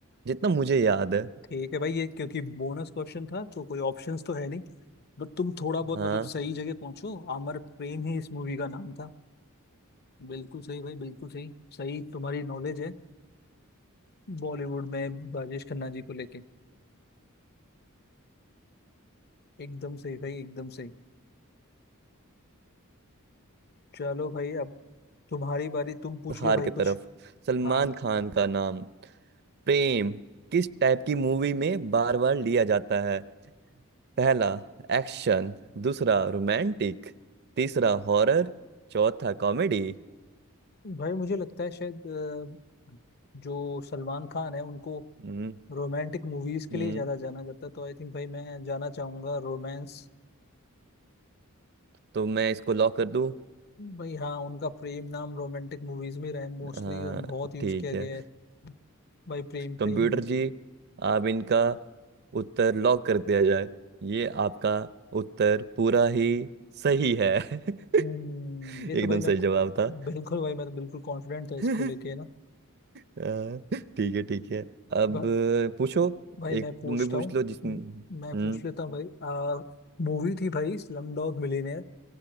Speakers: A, on the right; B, on the left.
A: जितना मुझे याद है
B: ठीक है भाई ये क्योंकि बोनस क्वेश्चन था तो कोई ऑप्शंस तो है नहीं बट तुम थोड़ा बहुत
A: हाँ
B: मतलब सही जगह पहुंचो अमर प्रेम ही इस मूवी का नाम था बिल्कुल सही भाई बिल्कुल सही सही तुम्हारी नॉलेज है बॉलीवुड में राजेश खन्ना जी को लेके एकदम सही भाई एकदम सही चलो भाई अब तुम्हारी बारी तुम पूछ
A: हार
B: लो भाई
A: की तरफ
B: कुछ
A: सलमान
B: हाँ
A: खान का नाम प्रेम किस टाइप की मूवी में बार बार लिया जाता है पहला एक्शन दूसरा रोमांटिक तीसरा हॉरर चौथा कॉमेडी
B: भाई मुझे लगता है शायद अ, जो सलमान खान है उनको
A: हम्म
B: रोमांटिक मूवीज के
A: हम्म,
B: लिए ज्यादा जाना जाता है तो आई थिंक भाई मैं जाना चाहूंगा रोमांस
A: तो मैं इसको लॉक कर दूं
B: भाई हाँ उनका प्रेम नाम रोमांटिक मूवीज में रहा है मोस्टली
A: हाँ
B: और बहुत यूज
A: ठीक
B: किया
A: है
B: गया है भाई प्रेम
A: कंप्यूटर
B: प्रेम ही है
A: जी आप इनका उत्तर लॉक कर दिया जाए ये आपका उत्तर पूरा ही सही है <laughs>
B: हम्म, ये
A: एकदम
B: तो भाई
A: सही
B: मैं
A: जवाब था
B: बिल्कुल भाई मैं तो बिल्कुल कॉन्फिडेंट था
A: <laughs>
B: इसको लेके ना
A: हाँ, ठीक है ठीक है अब
B: भा,
A: पूछो
B: भाई मैं
A: एक
B: पूछता
A: तुम भी पूछ
B: हूँ
A: लो जिसमें
B: म-
A: हम्म
B: मैं पूछ लेता हूँ भाई आ मूवी थी भाई स्लम डॉग मिलियनेयर